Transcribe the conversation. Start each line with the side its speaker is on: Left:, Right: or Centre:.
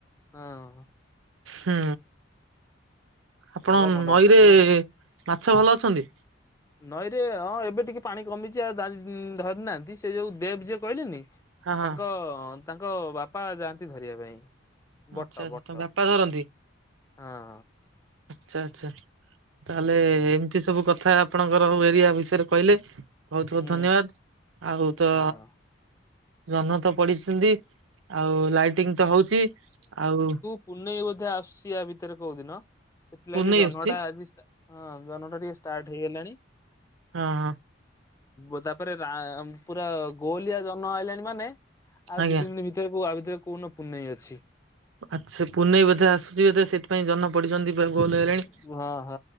Left: ହଁ।
Right: ହୁଁ ଆପଣ
Left: ଭଲ ମଣ୍ଡପ
Right: ନଈରେ
Left: ଚାଲେ ନା
Right: ମାଛ ଭଲ ଅଛନ୍ତି?
Left: ନଈରେ ହଁ ଏବେ ଟିକେ ପାଣି କମିଚି ଆଉ <unintelligible> ଧରି ନାହାନ୍ତି। ସେ ଯଉ ଦେବ୍ ଯିଏ କହିଲେନି
Right: ହଁ ହଁ
Left: ତାଙ୍କ- ତାଙ୍କ ବାପା ଯାଆନ୍ତି ଧରିବା ପାଇଁ।
Right: ଆଚ୍ଛା
Left: ବଟ
Right: ଆଚ୍ଛା
Left: ବଟ
Right: ତମ ବାପା ଧରନ୍ତି
Left: ହଁ।
Right: ଆଚ୍ଛା ଆଚ୍ଛା। ତାହେଲେ
Left: ହୁଁ
Right: ଏମିତି ସବୁ କଥା ଆପଣଙ୍କର ଏରିଆ ବିଷୟରେ କହିଲେ? ବହୁତ୍ ବହୁତ୍
Left: ହୁଁ
Right: ଧନ୍ୟବାଦ୍ ଆଉ ତ
Left: ହଁ।
Right: ଜହ୍ନ ତ ପଡିଛିନ୍ତି। ଆଉ ଲାଇଟିଂ ତ ହଉଚି ଆଉ
Left: ପୁନେଇଁ ବୋଧେ ଆସୁଚି ୟା ଭିତରେ କଉ ଦିନ ସେଥିଲାଗି
Right: ପୁନେଇ
Left: ଜହ୍ନଟା
Right: ଆସୁଛି
Left: ଆଜି ହଁ ଜହ୍ନ ଟା ଟିକେ ଷ୍ଟାର୍ଟ ହେଇଗଲାଣି।
Right: ହଁ।
Left: ଓ ତାପରେ ରା- ପୁରା ଗୋଲିଆ ଜହ୍ନ ଆଇଲାଣି ମାନେ ଆଉ
Right: ଆଜ୍ଞା।
Left: ଦି ତିନି ଦିନ ଭିତରେ କଉ ଆଁ ଭିତରେ କଉଦିନ ପୁନେଇଁ ଅଛି।
Right: ଆଚ୍ଛା ପୁନେଇଁ ବୋଧେ ଆସୁଚି ବୋଧେ ସେଥିପାଇଁ ଜହ୍ନ ପଡିଚନ୍ତି। ପୁରା ଗୋଲ୍ ହେଲେଣି।
Left: ୱ ହ